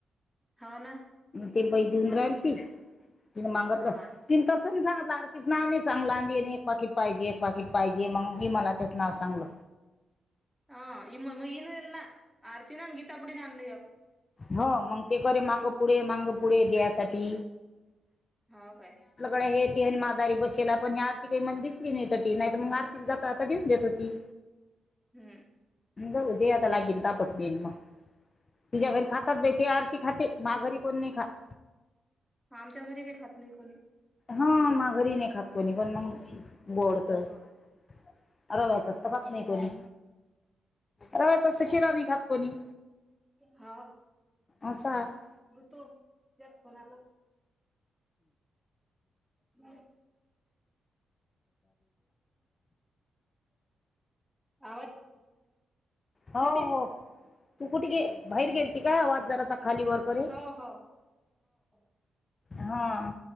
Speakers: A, in the centre; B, on the left (about 40°).
A: हा ना.
B: ते बाई देऊन राहिल ती तिने मागतलं.
A: हा
B: कस सांगच नाव सांगला एक पाकीिट पाहिजे एक पाकीिट पाहिजे. जे मग मी मला त्याचं नाव सांगल.
A: हा इ म म इन एला आरतीनन गीता बुडी नानलय..
B: हो मग ते करे मांग पुढे मांग पुढे दयसाठी..
A: हो काय.
B: हे आणि मादारी बसेला पण हे आरती काही म दिसली नाही ती नाही तर मग आरती जात दिऊन देत होती.
A: हम्म.
B: अ उदयतला गिंदा पसदन म.. तिच्या्या
A: हो
B: घरी खातात बाई ते आरती खाते मा घरी कोण नाही खात.
A: हा आमच्या घरी बी खात नाही कोणी.
B: हा मा घरी नाही खात पोणी पण मग.. गोडत रवायचं
A: हा
B: असत पात नाही कोणी. रव्याच असतं शिरा नाही खात कोणी
A: हा.
B: असं आहे
A: ऋतू त्या कोोणाला. ह.. ब.. आवाज..
B: हो
A: तिथे
B: हो. तू कुठे गे बाहेर गेलती का आवाज जरासा खाली वर करे.
A: हो हो <inaudible>
B: हा